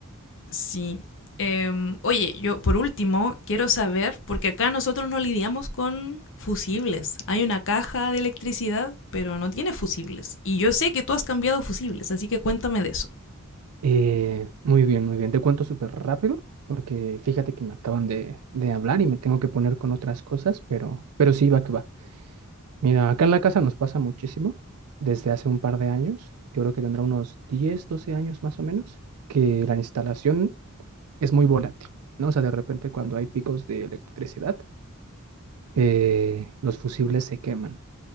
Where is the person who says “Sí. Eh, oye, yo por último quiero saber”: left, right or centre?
Left